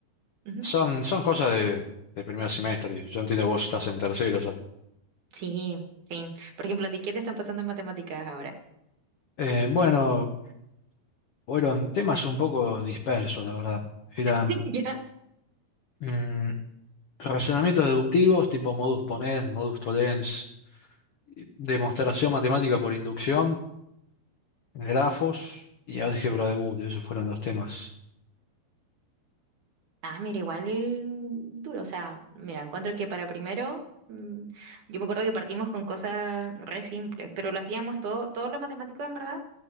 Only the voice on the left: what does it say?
Son, son cosas de, de primer semestre. Yo entiendo que vos estás en tercero ya.
Eh, bueno, fueron temas un poco dispersos, la verdad. Eran
mm, razonamientos deductivos, tipo modus ponens, modus tollens, y demostración matemática por inducción, grafos y álgebra de Boole. Esos fueron los temas